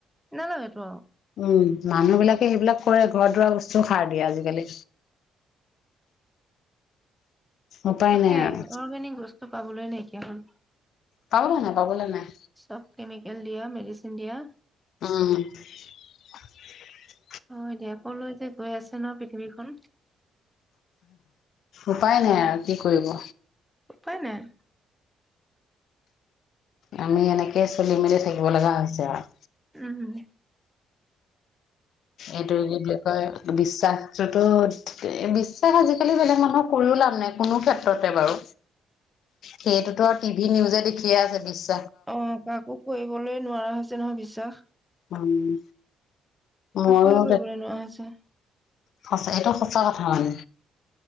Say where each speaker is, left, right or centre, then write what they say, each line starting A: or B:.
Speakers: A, in the centre; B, on the left (about 70°).
A: নালাগ এইটো আৰু <inaudible>
B: উম মানুহ বিলাকে সেইবিলাক কৰে। ঘৰ ৰোৱা বস্তু সাৰ দিয়ে আজিকালি। উপায়
A: তাকে
B: নাই আৰু
A: অৰ্গেনিক বস্তু পাব বোলৈ নাইকিয়া হ'ল।
B: পাবলে নাই পাবলে নাই
A: চব কেমিকেল দিয়া, মেডিচিন দিয়া।
B: উম <inaudible>
A: হয় দিয়া ক'লৈ যে গৈ আছে ন পৃথিৱীখন
B: উপায় নাই আৰু কি কৰিব!
A: উপায় নাই।
B: আমি এনেকেই চলি-মেলি থাকিব লগা হৈছে আৰু!
A: উম
B: এইটোৱে কি বুলি কয় বিশ্বাস টোত, বিশ্বাস আজিকালি বেলেগ মানুহক কৰিও লাভ নাই কোনো ক্ষেত্ৰতে বাৰু! সেইটোতো আৰু টিভি নিউজে দেখিয়ে আছে বিশ্
A: অ' কাকো কৰিবলৈ নোৱাৰা হৈছে। নহয় বিশ্বাস।
B: উম ময়ো
A: কাকোৱে কৰিবলৈ নোৱাৰা হৈছে।
B: সঁচা এইটো সঁচা কথা মানে,